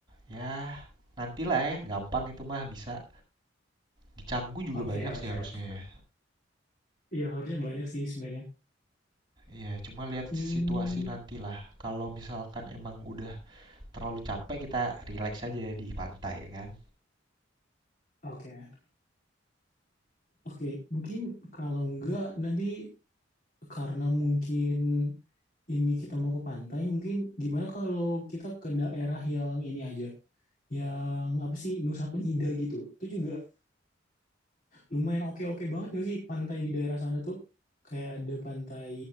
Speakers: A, on the right; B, on the left.
A: Ya, nantilah ya, gampang itu mah bisa. Di Canggu juga
B: Oke,
A: banyak sih
B: oke,
A: harusnya
B: oke.
A: ya.
B: Iya, harusnya banyak sih sebenarnya.
A: Iya, cuma lihat
B: Hmm,
A: situasi nantilah. Kalau misalkan emang udah terlalu capek, kita relax aja ya di pantai ya kan.
B: oke. Oke, mungkin kalau enggak nanti karena mungkin ini kita mau ke pantai, mungkin gimana kalau kita ke daerah yang ini aja, yang apa sih Nusa Penida gitu. Itu juga lumayan oke-oke banget gak sih pantai di daerah sana tuh? Kayak ada pantai